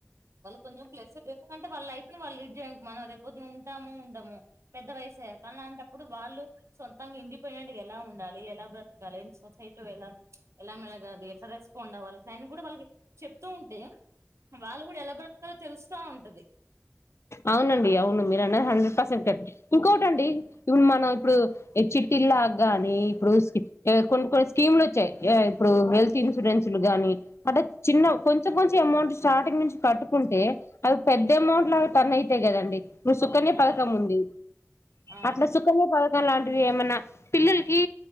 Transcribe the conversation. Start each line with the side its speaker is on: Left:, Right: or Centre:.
Right: కొంచెం ప్లస్ ఎందుకంటే అంటే వాళ్ళు లైఫ్ లో వాళ్ళు లీడ్ చేయ మనం రేపు పోదునా ఉంటామో ఉండమో పెద్ద వయసుే కలాంటప్పుడు వాళ్ళు సొంతంగా ఇండిపెండెంట్గా ఎలా ఉండాలి ఎలా బ్ర ం <unintelligible> సొసైట్ ఎ ఎలా మెళగాలి ఎలా రెస్పాండ్ అవ్వాలి ఇట్లా అన్ని కూడా వాళ్ళకి చెప్తూ ఉంటే వాళ్ళు కూడా త <inaudible> వస్తా ఉంటది
Left: అవునండి అవును మీరు అన్నది హండ్రెడ్ పర్సెంట్ కర్ట్ ఇంకోటిండి ఇప్పుడు మనం ఇప్పుడు చిట్టిల్లా గాని ఇప్పుడు కొన్ని కొన్ని స్కీములు వచ్చాయి ఇప్పుడు హెల్త్ ఇన్సూరెన్స్ లు గాని అంటే చిన్న కొంచెం కొంచెం అమౌంట్ స్టార్టింగ్ నుంచి కట్టుకుంటే అవి పెద్ద అమౌంట్ లా తనైతయ్ గదండి ఇప్పుడు సుఖన్య పథకం
Right: అవును
Left: ఉంది
Right: ఆ
Left: అట్లా సుఖన్య పథకం అలాంటివి ఏమన్నా పిల్లలకి